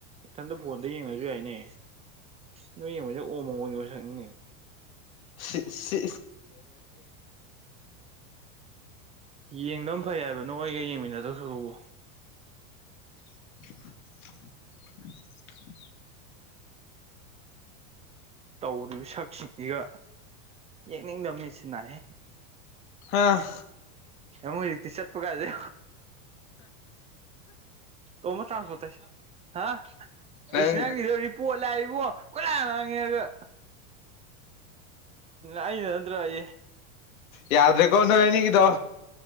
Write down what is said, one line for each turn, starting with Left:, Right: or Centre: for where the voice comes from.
Right: ꯏꯊꯟꯇ ꯐꯣꯟꯗ ꯌꯦꯡꯉꯁꯨ ꯌꯥꯏꯅꯦ ꯅꯣꯏ ꯌꯦꯡꯕꯁꯦ ꯑꯣ ꯃꯃꯅꯤ ꯃ ꯁꯛꯅꯤꯅꯦ
Left: ꯁꯤ ꯁꯤ
Right: ꯌꯦꯡꯗꯧ ꯑꯃ ꯐꯩ ꯍꯥꯏꯕ ꯅꯣꯏꯣꯏꯒ ꯌꯦꯡꯃꯤꯟꯅꯗꯧ ꯁꯨꯔꯨꯎ
Left: <inaudible>
Right: ꯇꯧꯔꯨ ꯁꯛꯁꯤꯡꯁꯤꯒ ꯌꯦꯛꯅꯤꯡꯗꯕ ꯃꯤꯠꯁꯤ ꯅꯥꯏꯑꯦ
Left: ꯍꯥꯥ
Right: ꯑꯃꯃꯛ ꯍꯧꯖꯤꯛꯇꯤ ꯆꯠꯄ ꯀꯥꯁꯦ ꯇꯣꯝꯕ ꯇ꯭ꯔꯥꯟꯁꯄꯣꯔꯠ ꯇꯧꯁꯦ ꯍꯥ
Left: ꯅꯪ
Right: ꯏ ꯅꯪꯒꯤꯗꯣ ꯔꯤꯄꯣꯠ ꯂꯥꯛꯏꯕꯣ ꯀꯠꯂ ꯔꯦꯒ ꯑꯏ ꯅꯠꯇ꯭ꯔꯏ
Left: ꯌꯥꯗ꯭ꯔꯦ ꯀꯣꯅꯦꯅꯤ ꯀꯗꯣ